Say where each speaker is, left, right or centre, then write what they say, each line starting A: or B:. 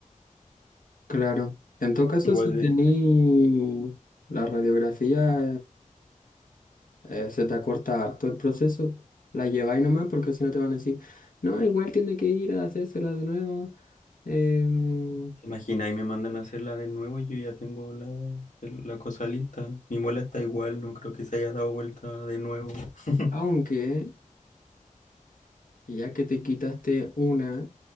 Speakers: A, on the left (about 85°); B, on the left (about 65°).
A: Claro. En todo caso,
B: Igual
A: si
B: de-
A: tení la radiografía, eh, se te acorta harto el proceso, la lleváis nomás porque si no te van a decir, no, igual tiene que ir a hacérsela de nuevo. em,
B: ¿Te imaginas? Y me mandan a hacerla de nuevo y yo ya tengo la, el- la cosa lista. Mi muela está igual, no creo que se haya dado vuelta de nuevo. <laughs>
A: aunque ya que te quitaste una,